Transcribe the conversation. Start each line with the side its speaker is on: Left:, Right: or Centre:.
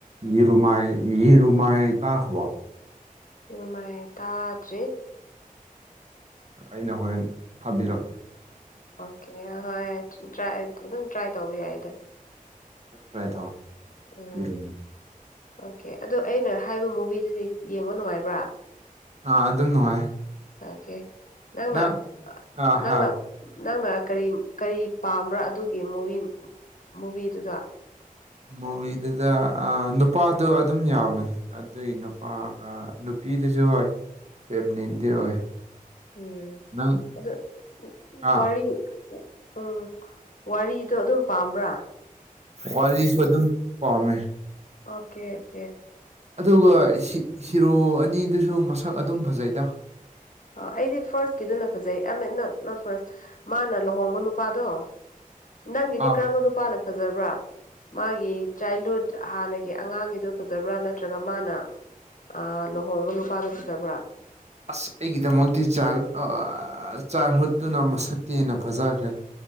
Right: ꯌꯦꯔꯨꯃꯥꯏ ꯏꯔꯨꯃꯥꯏ ꯇꯥꯒ꯭ꯔꯥꯕꯣ
Left: <unintelligible> ꯇꯥꯗ꯭ꯔꯤ
Right: ꯑꯩꯅ ꯍꯣꯔꯦꯟ ꯊꯝꯕꯤꯔꯛꯀꯦ
Left: ꯑꯣꯀꯦ ꯍꯣꯏ ꯑꯗꯨꯝ ꯇ꯭ꯔꯥꯏ ꯇꯧꯕ ꯌꯥꯏꯗ
Right: ꯇ꯭ꯔꯥꯏ
Left: ꯎꯝ
Right: ꯇꯧ
Left: ꯎꯝ
Right: ꯌꯦꯔꯨꯝ
Left: ꯑꯣꯀꯦ ꯑꯗꯣ ꯑꯩꯅ ꯍꯥꯏꯕ ꯃꯨꯚꯤꯗꯨꯗꯤ ꯌꯦꯡꯕ ꯅꯨꯡꯉꯥꯏꯕ꯭ꯔꯥ
Right: ꯑꯥ ꯑꯗꯨꯝ ꯅꯨꯡꯉꯥꯏ
Left: ꯑꯣꯀꯦ ꯅꯪꯅ
Right: ꯅꯪ ꯑꯥ
Left: ꯅꯪꯅ
Right: ꯍꯥ
Left: ꯅꯪꯅ ꯀꯔꯤ ꯀꯔꯤ ꯄꯥꯝꯕ꯭ꯔꯥ ꯑꯗꯨꯒꯤ ꯃꯨꯚꯤ ꯃꯨꯚꯤꯗꯨꯗ
Right: ꯃꯨꯚꯤꯗꯨꯗ ꯅꯨꯄꯥꯗꯨ ꯑꯗꯨꯝ ꯌꯥꯕꯅꯦ ꯑꯗꯨꯒꯤ ꯅꯨꯄꯥꯒ ꯅꯨꯄꯤꯗꯨꯁꯨ ꯍꯣꯏ ꯐꯦꯂꯤꯟꯗꯤ ꯑꯣꯏ
Left: ꯎꯝ
Right: ꯅꯪ
Left: ꯑꯗꯨ
Right: ꯑꯥ
Left: ꯋꯥꯔꯤ ꯎꯝ ꯋꯥꯔꯤꯗꯣ ꯑꯗꯨꯝ ꯄꯥꯝꯕ꯭ꯔꯥ
Right: ꯋꯥꯔꯤꯁꯨ ꯑꯗꯨꯝ ꯄꯥꯝꯃꯦ
Left: ꯑꯣꯀꯦ ꯎꯀꯦ
Right: ꯑꯗꯨꯒ ꯍꯤ ꯍꯤꯔꯣ ꯑꯅꯤꯗꯨꯁꯨ ꯃꯁꯛ ꯑꯗꯨꯝ ꯐꯖꯩꯗ
Left: ꯑ ꯑꯩꯗꯤ ꯐꯥꯔꯁꯀꯤꯗꯨꯅ ꯐꯖꯩ ꯑꯥꯏꯃꯤꯟ ꯅꯣꯠ ꯅꯣꯠ ꯐꯥꯔꯁ ꯃꯥꯅ ꯂꯨꯍꯣꯡꯕ ꯅꯨꯄꯥꯗꯣ ꯅꯪꯒꯤꯗꯤ
Right: ꯑꯥ
Left: ꯀꯔꯝꯕ ꯅꯨꯄꯥꯅ ꯐꯖꯕ꯭ꯔꯥ ꯃꯥꯒꯤ ꯆꯥꯏꯜꯋꯨꯗ ꯍꯥꯟꯅꯒꯤ ꯑꯉꯥꯡꯒꯤꯗꯣ ꯐꯖꯕ꯭ꯔꯥ ꯅꯠꯇ꯭ꯔꯒ ꯃꯥꯅ ꯑꯥ ꯂꯨꯍꯣꯡꯕ ꯂꯨꯄꯥꯗꯣ ꯐꯖꯕꯔ꯭
Right: ꯑꯁ ꯑꯩꯒꯤꯗꯃꯛꯇꯤ ꯆꯥꯏꯜ ꯑꯥ ꯆꯥꯏꯜꯍꯨꯠꯇꯨꯅ ꯃꯁꯛꯇꯤ ꯍꯦꯟꯅ ꯐꯖꯈ꯭ꯔꯦ